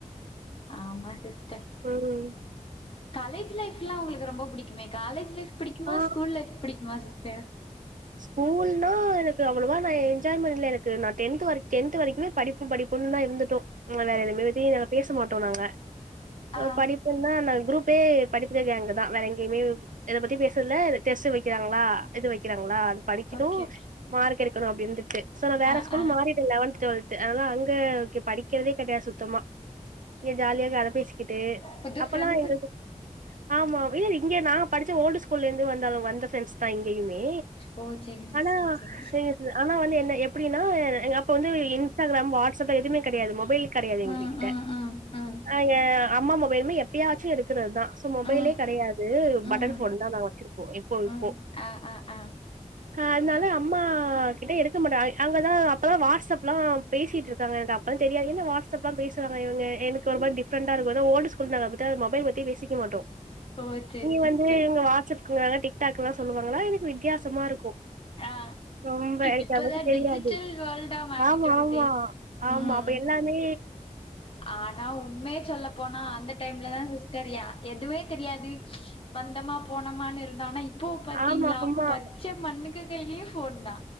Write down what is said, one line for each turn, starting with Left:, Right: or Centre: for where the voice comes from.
Left: ஆமா சிஸ்டர்
Right: ம்
Left: காலேஜ் லைஃப்லா உங்களுக்கு ரொம்ப பிடிக்குமே காலேஜ் லைஃப் பிடிக்குமா
Right: ஆ
Left: ஸ்கூல் லைஃப் பிடிக்குமா சிஸ்டர்
Right: ஸ்கூல்னா எனக்கு அவ்வளவா நா என்ஜாய் பண்ல எனக்கு நா டென்த் வரிக் டென்த்து வரைக்குமே படிப்பு படிப்புன்னுதா இருந்துட்டோ வேற எதுவுமே பத்தி நாங்க பேச மாட்டோ நாங்க
Left: ஆ
Right: அ படி ப்புன்னா நாங் குரூப்பே படிக்கிற கேங்குதா வேற எங்கயுமே எத பத்தி பேச ற்தில்ல டெஸ்ட் வைக்கிறாங்ளா இது வெக்கிறாங்ளா அது படிக்கணு
Left: ஓகே ஓகே
Right: மார்க் எடுக்கணு அப்டி இருந்துட்டு சோ நா வேற
Left: ஆ
Right: ஸ்கூல்
Left: ஆ
Right: மாறிட்டே லெவன்த் டுவெல்த்து அதனால அங்க ஓகே படிக்கிறதே கெடையாது சுத்தமா ஒரே ஜாலியா கத பேசிக்கிட்டு
Left: புது
Right: அப்பல்லா
Left: ஃப்ரெண்ட்ஸு
Right: எங்கள்க்கு ஆமா இல்ல இங்க நா படிச்ச ஓல்டு ஸ்கூல்ல இந்து வந்தாலு வந்த ஃப்ரெண்ஸ் தா இங்கயுமே
Left: ஓ சேரி சிஸ்டர்
Right: ஆனா
Left: சேரி
Right: எ ஆனா வந்து என்ன எப்படின்னா எ அப்ப வந்து இன்ஸ்டாகிராம் வாட்ஸ்அப் எதுமே கெடையாது மொபைல் கெடையாது எங்ககிட்ட
Left: ம் ம் ம் ம்
Right: அ எ அம்மா மொபைலுமே எப்பயாச்சு எடுக்கறதுதா மொபைலே
Left: ம்
Right: கெடையாது பட்டன்
Left: ம்
Right: ஃபோன்தா நா வச்சிருப்போ எப்போ இப்போ
Left: ம் ஆ ஆ ஆ
Right: அதனால அம்மா கிட்ட எடுக்க மாட்டே அ அங்கதா அப்பதா வாட்ஸ்அப்லா பேசிட்ருக்காங்க எனக்கு அப்பல்ல தெரியாது என்ன வாட்ஸ்அப்லா பேசுராங்க இவுங்க எனக் ஒரு மாரி டிஃப்ரண்டா இருக்கு ஆனா ஓல்டு ஸ் கூல் நாங்க பாத்த மொபைல் பத்தி பேசிக்வேமாட்டோ
Left: ஓ சேரி
Right: இங்க
Left: சிஸ்டர்
Right: வந்து இவுங்க வாட்ஸ்அப்க்றாங்க டிக்டாக்குன்லா சொல்லுவாங்களா எனக்கு வித்தியாசமா இருக்கு
Left: ஆ
Right: ரொம்ப எனக்கு
Left: இப்பதா
Right: அதபத்தி தெரியாது
Left: டிஜிட்டல் வேர்ல்டா மாறிட்டு
Right: ஆமா
Left: வருதே
Right: ஆமா ஆமா
Left: ம்
Right: அப்ப எல்லா மே
Left: ஆனா உண்மைய சொல்லப் போனா அந்த டைம்ல தா சிஸ்டர் யா எதுவே தெரியாது வந்தமா போனமானு இருந்தோ ஆன இப் இப்போ பாத்தீங்களா
Right: ஆமா ஆமா
Left: பச்ச மண்ணுங்க கையிலயு ஃபோன்தா